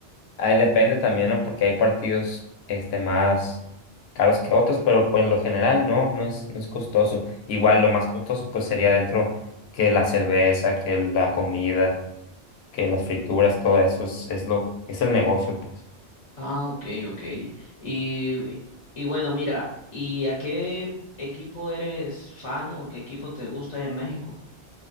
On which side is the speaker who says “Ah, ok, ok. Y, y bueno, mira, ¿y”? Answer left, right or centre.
Left